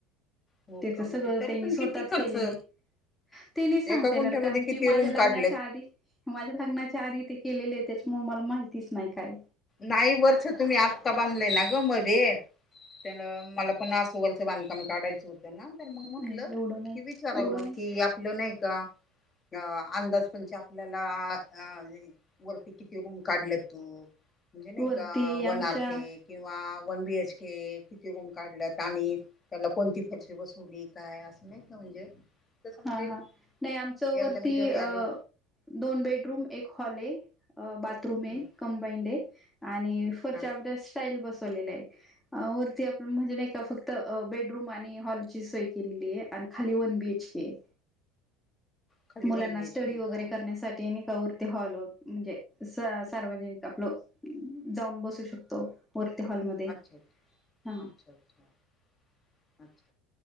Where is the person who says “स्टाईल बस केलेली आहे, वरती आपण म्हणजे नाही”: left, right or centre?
Centre